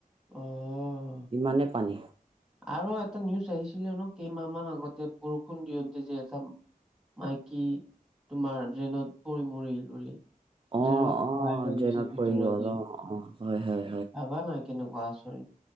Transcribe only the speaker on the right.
ইমানে পানী।
অ
অ
ড্ৰেইনত
পৰি গ'ল
অ অ হয় হয়